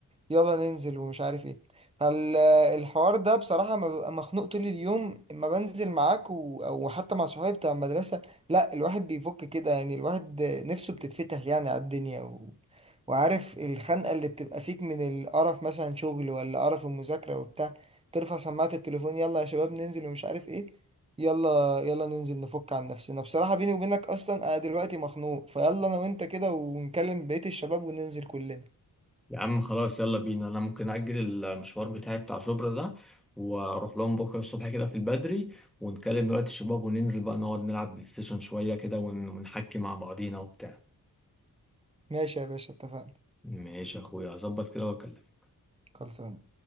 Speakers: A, on the right; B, in the centre.
A: يلا ننزل ومش عارف ايه فالحوار ده بصراحة ما ببقى مخنوق طول اليوم اما بنزل معاك و... او حتى مع صحابي بتاع المدرسة لا الواحد بيفك كده يعني الواحد نفسه بتتفتح يعني على الدنيا و... وعارف الخنقة اللي بتبقى فيك من القرف مثلا شغل ولا قرف المذاكرة وبتاع ترفع سماعة التليفون يلا يا شباب ننزل ومش عارف ايه يلا يلا ننزل نفك عن نفسنا بصراحة بيني وبينك اصلا انا دلوقتي مخنوق فيلا انا وانت كده ونكلم بقية الشباب وننزل كلنا
B: يا عم خلاص يلا بينا انا ممكن اجل المشوار بتاعي بتاع شبرا ده واروح لهم بكره الصبح كده في البدري ونكلم دلوقتي الشباب وننزل بقى نقعد نلعب بلاي ستيشن شويه كده ون- ونحكي مع بعضينا وبتاع
A: ماشي يا باشا اتفقنا
B: ماشي يا اخويا هظبط كده واكلمك
A: خلصان